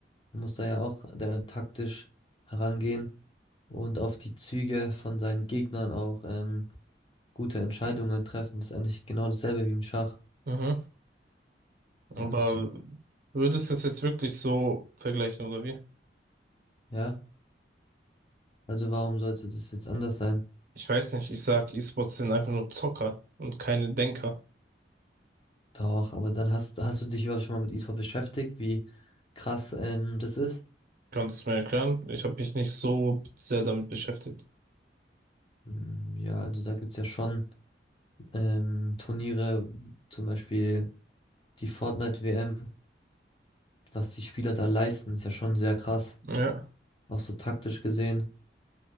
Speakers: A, on the left (about 30°); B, on the right (about 50°).
A: Man muss da ja auch äh, taktisch herangehen und auf die Züge von seinen Gegnern auch ähm, gute Entscheidungen treffen. Das ist eigentlich genau dasselbe wie im Schach.
B: Mhm. aber
A: Ja, deswegen,
B: würdest du es jetzt wirklich so vergleichen oder wie?
A: ja. Also warum sollte das jetzt anders sein?
B: Ich weiß nicht, ich sag, E-Sports sind einfach nur Zocker und keine Denker.
A: Doch, aber dann hast, hast du dich überhaupt schon mal mit Esport beschäftigt, wie krass ähm, das ist?
B: Kannst du mir erklären? Ich habe mich nicht so sehr damit beschäftigt.
A: Hm, Ja, also da gibt's ja schon ähm, Turniere, zum Beispiel die Fortnite-WM, was die Spieler da leisten, ist ja schon sehr krass,
B: Ja.
A: auch so taktisch gesehen.